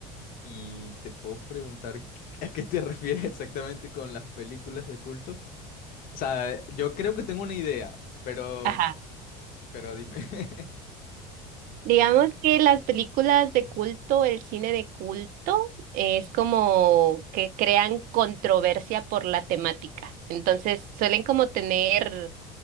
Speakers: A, on the left; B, on the right.
A: Y te puedo preguntar <laughs> a qué te refieres exactamente con las películas de culto. O sea, yo creo que tengo una idea, pero,
B: Ajá.
A: pero dime. <laughs>
B: Digamos que las películas de culto, el cine de culto, es como que crean controversia por la temática. Entonces, suelen como tener,